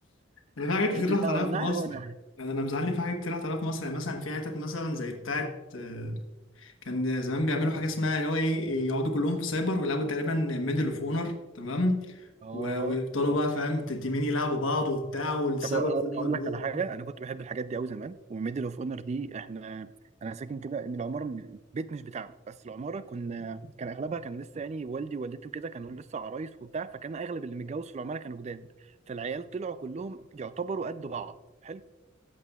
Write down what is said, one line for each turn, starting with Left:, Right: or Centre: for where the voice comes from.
Left: انا في حاجات كتير
Right: انت تلعب
Left: راحت عليا
Right: على
Left: في
Right: ناحيه
Left: مصر
Right: وهو ناحيه
Left: يعني انا مزعلني في حاجات كتير راحت عليا في مصر يعني مثلا في حتت مثلا زي بتاعت آه، كان زمان بيعملوا حاجه اسمها اللي هو ايه يقعدوا كلهم في سايبر ويلعبوا تقريبا ميدل اوف اونر تمام
Right: اه
Left: و- ويفضلوا
Right: اه
Left: بقى فاهم تيمين يلعبوا بعض وبتاع والسايبر
Right: طب أ- أ-
Left: كله
Right: اقول
Left: مقلوب
Right: لك على حاجه انا كنت بحب الحاجات دي قوي زمان وميدل اوف اونر دي احنا انا ساكن كده من العماره من البيت مش بتاعنا بس العماره كنا كان اغلبها كان لسه يعني والدي ووالدتي وكده كانوا لسه عرايس وبتاع فكان اغلب اللي متجوز في العماره كانوا جداد فالعيال طلعوا كلهم يعتبروا قد بعض حلو